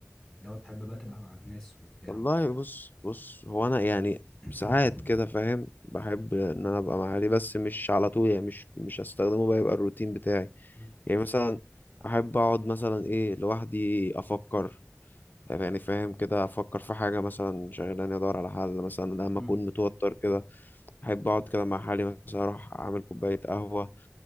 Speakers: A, in the centre; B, on the left (about 35°).
A: اللي هو تحب بقى تبقى مع الناس وبتاع
B: والله
A: وكده
B: بص بص هو انا يعني
A: <clears throat>
B: ساعات كده فاهم بحب ان انا ابقى مع اهلي بس مش على طول يعني مش مش هستخدمه بقى يبقى الروتين بتاعي
A: مم.
B: يعني مثلا احب اقعد مثلا ايه لوحدي افكر يعني فاهم كده افكر في حاجه مثلا شغلاني ادور على حل مثلا لما
A: مم.
B: اكون متوتر كده احب اقعد كده مع حالي مثلا اروح اعمل كوبايه قهوه